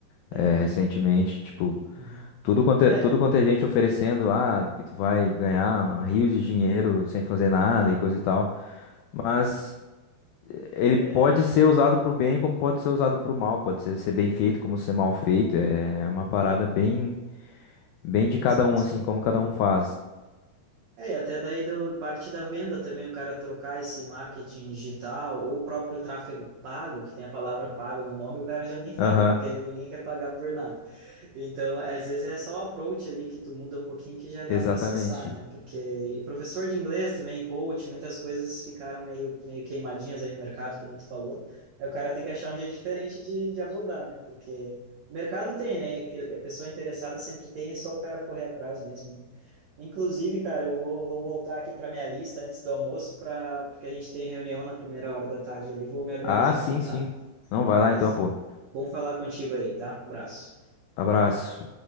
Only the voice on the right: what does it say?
É,
uhum.
é,
é,
exato.
É, e até daí do, parte da venda também, o cara trocar esse marketing digital ou o próprio tráfego pago, que tem a palavra pago no nome, o cara já nem fala,
né? porque ninguém quer pagar por nada. Então, às vezes é só o approach ali que tu muda um pouquinho que já dá
para acessar, né? Porque professor de inglês também, coach, muitas coisas ficaram meio, meio queimadinhas aí no mercado, que nem tu falou. Aí o cara tem que achar um jeito diferente de, de abordar, né? Porque mercado tem, né? Que A pessoa interessada sempre tem, é só o cara correr atrás mesmo, né? Inclusive, cara, eu vou, vou voltar aqui para minha lista antes do almoço, pra, porque a gente tem reunião na primeira hora da tarde ali. Vou me organizar
aqui, tá?
Mas
bom falar contigo aí, tá? Abraço.